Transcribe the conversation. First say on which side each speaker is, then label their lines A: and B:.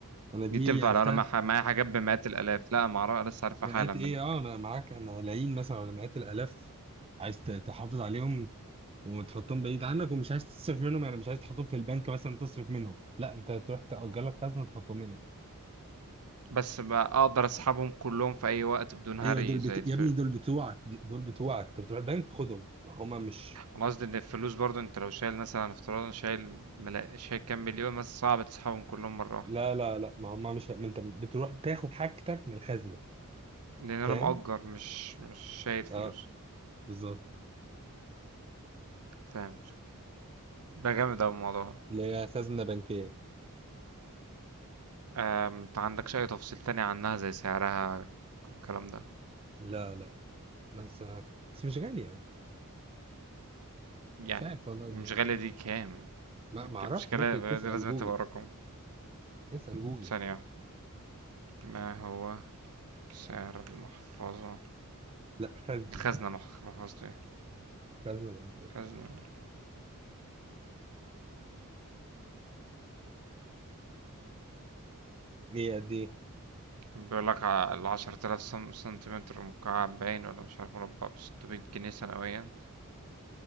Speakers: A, on the right; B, on the right.
A: انا دي
B: دي تنفع
A: عرفتها
B: لو انا مع- معايا حاجات بمئات الالاف لا ما اعرف لسه عارفها
A: مئات
B: حالا
A: ايه اه انا معاك انا العين مثلا ولا مئات الالاف عايز ت- تحافظ عليهم وتحطهم بعيد عنك ومش عايز تصرف منهم يعني مش عايز تحطهم في البنك مثلا تصرف منهم لا انت تروح تأجر لك خزنه تحطهم هنا
B: بس بقى اقدر اسحبهم كلهم في اي وقت بدون هري
A: ايوه دول بت...
B: زي الف
A: يا ابني دول بتوعك دي- دول بتوعك انت بتروح البنك خدهم ما هما مش
B: انا قصدي ان الفلوس برضو انت لو شايل مثلا افتراضا شايل ملا... شايل كام مليون مثلا صعب تسحبهم كلهم مرة واحدة
A: لا لا لا ما هما مش ما انت بتروح تاخد حاجتك من الخزنه
B: لان
A: فاهم
B: انا مأجر مش مش شايل فلوس
A: اه بالظبط
B: فاهم ده جامد اوي الموضوع ده
A: اللي هي خزنه بنكيه
B: آم، انت عندكش اي تفصيل تاني عنها زي سعرها الكلام ده
A: لا لا بس بس مش غاليه
B: يعني
A: مش عارف والله
B: مش
A: ليه
B: غالية دي كام
A: ما ما اعرفش
B: مش
A: ممكن
B: غالية
A: تسأل
B: دي لازم
A: جوجل
B: تبقى رقم
A: اسأل جوجل
B: ثانية ما هو سعر المحفظة
A: لا خزنة
B: الخزنة مح- محفظتي
A: خزنة بنكية
B: خزنة
A: ليه قد ايه؟
B: بيقول لك العشرة آلاف سم- سنتيمتر مكعب باين ولا مش عارف مربع بستمية جنيه سنويا